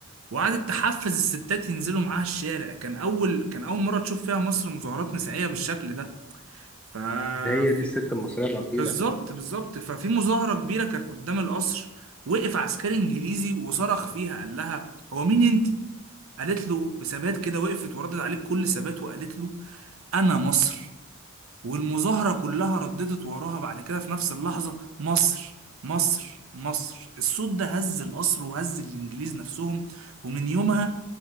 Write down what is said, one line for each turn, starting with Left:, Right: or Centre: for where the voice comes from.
Right: وقعدت تحفز الستات ينزلوا معاها الشارع كان اول كان اول مره تشوف فيها مصر مظاهرات نسائيه بالشكل ده ف
Centre: هي
Right: في-
Centre: دي الست المصريه الاصيله
Right: بالظبط بالظبط ففي مظاهره كبيره كانت قدام القصر وقف عسكري انجليزي وصرخ فيها قال لها هو مين انتي قالت له بثبات كده وقفت وردت عليه بكل ثبات وقالت له انا مصر والمظاهره كلها رددت وراها بعد كده في نفس اللحظه مصر مصر مصر الصوت ده هز القصر وهز الانجليز نفسهم ومن يومها